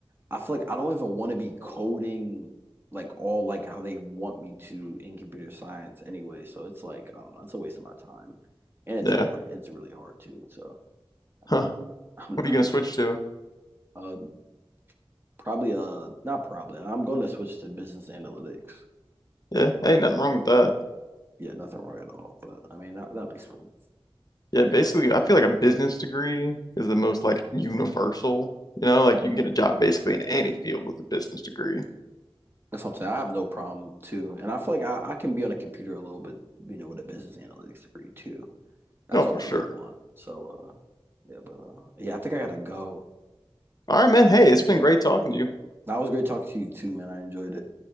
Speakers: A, on the right; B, on the left.
A: I feel like I don't even want to be coding like all like how they want me to in computer science anyway. So it's like I don't know, it's a waste of my time. And it's
B: Yeah.
A: hard. It's really hard too. So
B: Huh.
A: I mean, I'm
B: What
A: not
B: are you gonna switch to?
A: um probably uh not probably. I'm going to switch to business analytics.
B: Yeah. Hey, nothing wrong with that.
A: Yeah, nothing wrong at all. But I mean, that that'd be smooth.
B: Yeah, basically,
A: But uh
B: I feel like a business degree is the most like universal. You know, like you can get a job basically in any field with a business degree.
A: that's what I'm saying. I have no problem too. And I feel like I, I can be on a computer a little bit, you know, with a business analytics degree too. That's
B: No, for
A: all I
B: sure.
A: really want. So uh yeah, but uh yeah, I think I gotta go.
B: All right, man. Hey, it's been great talking to you.
A: That was great talking to you too, man. I enjoyed it.